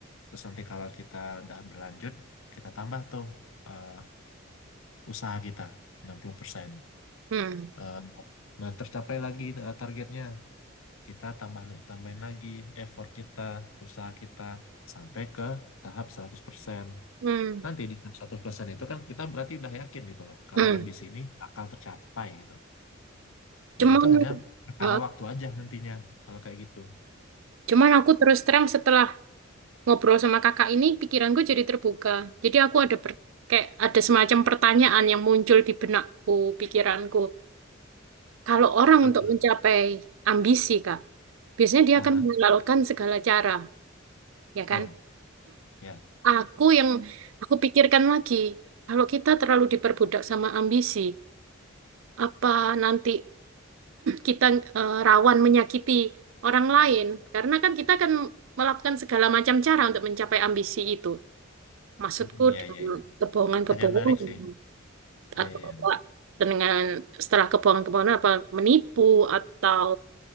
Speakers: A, on the left; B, on the right.
A: terus nanti kalau kita udah berlanjut, kita tambah tuh eh, usaha kita 60%.
B: Mm.
A: Eh, nah, tercapai lagi eh, targetnya, kita tambah tambahin lagi effort kita, usaha kita, sampai ke tahap 100%.
B: Mm.
A: Nanti di tahap 100% itu kan kita berarti udah yakin gitu loh, kalau
B: Hmm.
A: ambisi ini bakal tercapai gitu.
B: Cuman,
A: Dan itu hanya perkara
B: eh,
A: waktu aja nantinya, kalau kayak gitu.
B: cuman aku terus terang setelah ngobrol sama kakak ini, pikiranku jadi terbuka. Jadi aku ada per- kayak ada semacam pertanyaan yang muncul di benakku, pikiranku. Kalau orang
A: Apa?
B: untuk mencapai ambisi, Kak, biasanya dia
A: Aha.
B: akan menghalalkan segala cara, ya kan?
A: Betul. Ya.
B: Aku yang aku pikirkan lagi, kalau kita terlalu diperbudak sama ambisi, apa nanti kita eh, rawan menyakiti orang lain karena kan kita akan melakukan segala macam cara untuk mencapai ambisi itu. Maksudku
A: Hmm, Iya,
B: dengan
A: iya, iya.
B: kebohongan-kebohongan
A: Pertanyaan menarik sih. Iya,
B: atau
A: iya.
B: apa,
A: iya.
B: dengan setelah kebohongan-kebohongan apa menipu atau